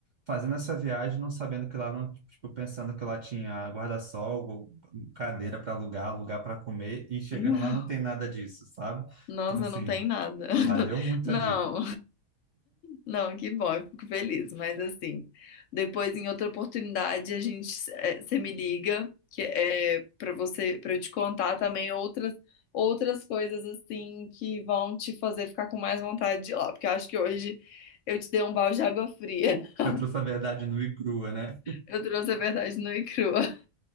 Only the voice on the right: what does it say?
fazendo essa viagem, não sabendo que lá não, tipo, pensando que lá tinha guarda-sol, cadeira para alugar, lugar para comer e chegando
lá não tem nada disso, sabe?
Então assim,
valeu
muito
a dica.
Você trouxe a verdade nua e crua, né?